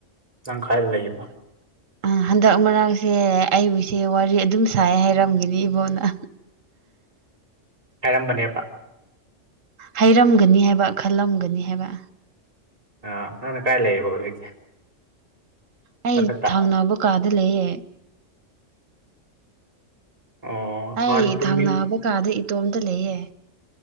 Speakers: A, on the right (about 30°); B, on the right (about 85°).
A: ꯅꯪ ꯈꯥꯏꯗ ꯂꯩꯢꯕ
B: ꯑꯥ ꯍꯟꯗꯛ ꯃꯔꯛꯁꯦ ꯑꯩꯕꯨꯁꯦ ꯋꯥꯔꯤ ꯑꯗꯨꯝ ꯁꯥꯏꯌꯦ ꯍꯥꯏꯔꯝꯒꯅꯤ ꯏꯕꯣꯛꯅ
A: ꯍꯥꯢꯔꯝꯕꯅꯦꯕ
B: ꯍꯥꯏꯔꯝꯒꯅꯤ ꯍꯥꯏꯕ ꯈꯜꯂꯝꯒꯅꯤ ꯍꯥꯏꯕ
A: ꯑꯥ ꯅꯪꯅ ꯀꯥꯏ ꯂꯩꯌꯦꯕ ꯍꯧꯖꯤꯛꯁꯦ
B: ꯑꯩ
A: ꯃꯊꯛꯇ
B: ꯊꯪꯅꯥꯕ ꯀꯥꯗ ꯂꯩꯌꯦ
A: ꯑꯣ
B: ꯑꯩ
A: ꯅꯍꯥꯟꯗꯤ ꯇꯨꯃꯤꯟ
B: ꯊꯪꯅꯕ ꯀꯥꯗ ꯏꯇꯣꯝꯇ ꯂꯩꯌꯦ